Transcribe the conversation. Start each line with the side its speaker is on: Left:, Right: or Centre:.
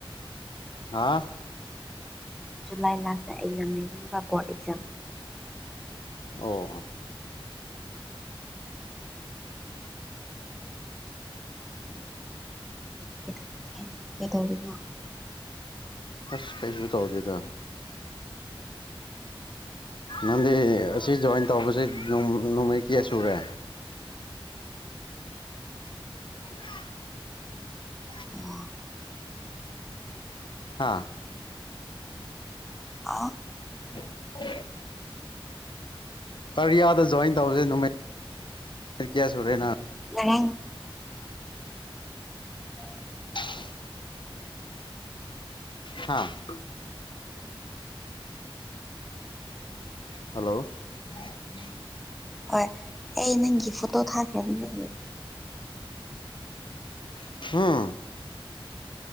Left: ꯍꯥꯥ
Centre: ꯖꯨꯂꯥꯏ ꯂꯥꯁꯇ ꯑꯦꯛꯖꯥꯝꯕꯤꯕ ꯕꯣꯔꯗ ꯑꯦꯛꯖꯥꯝ
Left: ꯑꯣ ꯎꯝ
Centre: ꯀꯩꯗꯧꯔꯤꯒꯦ ꯀꯩꯗꯧꯔꯤꯅꯣ
Left: ꯑꯁ ꯀꯩꯁꯨ ꯇꯧꯗꯦꯗ ꯅꯪꯗꯤ ꯑꯁꯤ ꯖꯣꯏꯟ ꯇꯧꯕꯁꯦ ꯅꯣꯡ ꯅꯣꯡꯃꯩ ꯀꯌꯥ ꯁꯨꯔꯦ <inaudible>
Centre: ꯑꯣ
Left: ꯍꯥꯥ
Centre: ꯑꯥ
Left: <inaudible> ꯀꯥꯔꯤꯌꯥꯗ ꯖꯣꯏꯟ ꯇꯧꯁꯦ ꯅꯨꯃꯤꯠ ꯀꯌꯥ ꯁꯨꯔꯦꯅ
Centre: <unintelligible> <unintelligible>
Left: <unintelligible> ꯍꯥꯥ ꯍꯜꯂꯣ <unintelligible>
Centre: ꯍꯣꯏ ꯑꯩ ꯅꯪꯒꯤ ꯐꯣꯇꯣ ꯊꯥꯈ꯭ꯔꯕꯅꯦ
Left: <unintelligible>